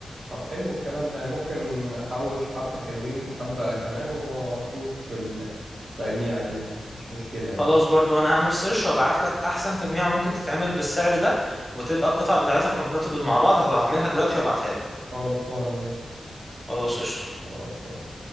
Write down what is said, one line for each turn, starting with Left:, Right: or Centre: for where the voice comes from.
Right: طب حلو الكلام ده يعني ممكن احوش حبة حلوين حبة كمان واشوف التجميع دي يعني مش مشكلة يعني
Centre: خلاص برضو انا هعمل سيرش وابعت لك احسن تجميع ممكن تتعمل بالسعر ده وتبقى القطع بتاعتها compatible مع بعض هبقى هعملها دلوقتي وابعتها لك
Right: خلصانة ماشي
Centre: خلاص قشطة
Right: خلصانة